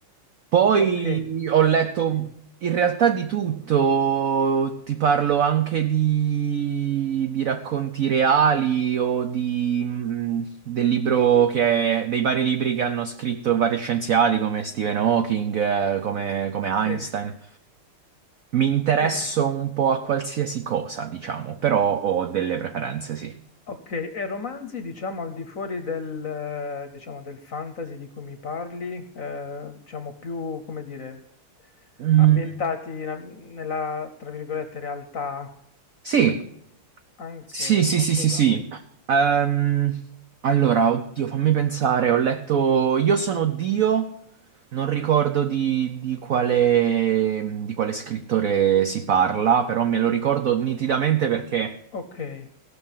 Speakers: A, on the right; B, on the left.
A: Poi
B: Okay,
A: ho letto
B: okay,
A: in realtà di tutto, ti parlo anche di, di racconti reali o di, mh, del libro che, dei vari libri che hanno scritto vari scienziati come Stephen Hawking, eh, come, come Einstein.
B: sì,
A: Mi interesso
B: bene.
A: un po' a qualsiasi cosa, diciamo, però ho delle preferenze, sì.
B: Okay, e romanzi diciamo al di fuori del eh, diciamo del fantasy di cui mi parli, ehm, diciamo più, come dire,
A: Mm,
B: ambientati in a nella, tra virgolette, "realtà",
A: sì,
B: anche
A: Sì, sì,
B: qualcosa?
A: sì, sì, sì. Ehm, allora, oddio, fammi pensare. Ho letto Io sono Dio, non ricordo di, di quale, di quale scrittore si parla, però me lo ricordo nitidamente perché
B: Okay,